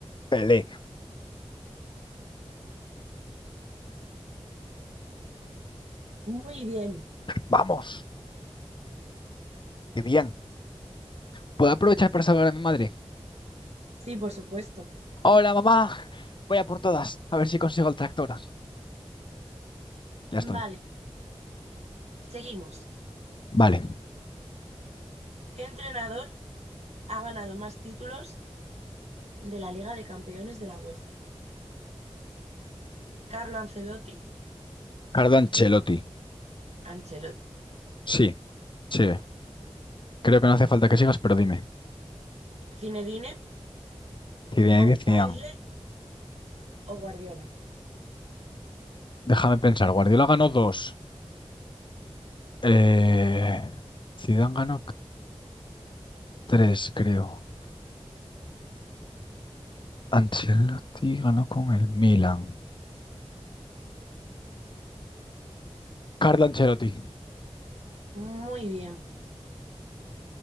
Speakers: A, on the left; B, on the right.
A: Pelé.
B: Muy bien.
A: Vamos, qué bien. ¿Puedo aprovechar para salvar a mi madre?
B: Sí, por supuesto.
A: Hola, mamá. Voy a por todas, a ver si consigo el tractor. Ya estoy.
B: Vale. Seguimos.
A: Vale.
B: ¿Qué entrenador ha ganado más títulos de la Liga de Campeones de la UEFA? Carlo Ancelotti,
A: Carlo
B: Cine-
A: Ancelotti.
B: Ancelotti,
A: Sí, sigue. Creo que no hace falta que sigas, pero dime.
B: Zinedine,
A: Zidane,
B: Bob
A: Zidane.
B: Paisley o Guardiola.
A: Déjame pensar, Guardiola ganó dos. Eh, Zidane ganó tres, creo. Ancelotti ganó con el Milan. Carlo Ancelotti.
B: Muy bien.